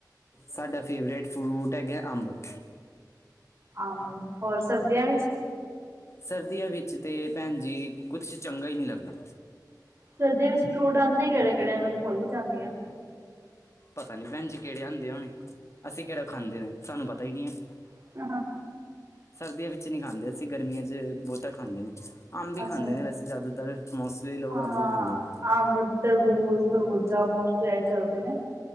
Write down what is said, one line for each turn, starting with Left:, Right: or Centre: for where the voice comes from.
Left: ਸਾਡਾ ਫੇਵਰੇਟ ਫਰੂਟ ਹੈਗਾ ਅੰਬ। <inaudible>
Right: ਅੰਬ, ਹੋਰ ਸਰਦੀਆਂ ਇਚ?
Left: ਸਰਦੀਆਂ ਵਿੱਚ ਤੇ ਭੈਣ ਜੀ ਕੁਛ ਚੰਗਾ ਹੀ ਨਈ ਲੱਗਦਾ।
Right: ਸਰਦੀਆਂ ਵਿੱਚ ਫਰੂਟ ਆਂਦੇ ਕਿਹੜੇ-ਕਿਹੜੇ ਮੈਂ ਤੇ ਪੁਲ ਵੀ ਜਾਂਦੀ ਆ।
Left: ਪਤਾ ਨੀ ਭੈਣ ਜੀ ਕਿਹੜੇ ਆਂਦੇ ਹੋਣੇ ਅਸੀਂ ਕਿਹੜਾ ਖਾਂਦੇ ਨੇ ਸਾਨੂੰ ਪਤਾ ਹੀ ਨੀ ਹੈਗਾ।
Right: ਹਾਂ
Left: ਸਰਦੀਆਂ ਵਿੱਚ ਨੀ ਖਾਂਦੇ ਅਸੀਂ ਗਰਮੀਆਂ ਚ ਬੋਹਤਾ ਖਾਂਦੇ ਨੇ। ਅੰਬ ਹੀ
Right: ਅੱਛਾ
Left: ਖਾਂਦੇ
Right: ਜੀ
Left: ਨੇ ਵੈਸੇ ਜਾਦਾਤਰ ਮੋਸਲੀ ਲੋਕ
Right: ਹਾਂ
Left: ਅੰਬ ਹੀ ਖਾਂਦੇ ਨੇ।
Right: ਅੰਬ, ਤਰਬੂਜ, ਖਰਬੂਜਾ ਮੋਸਟਲੀ ਆਹੀ ਚੱਲਦੇ ਨੇ।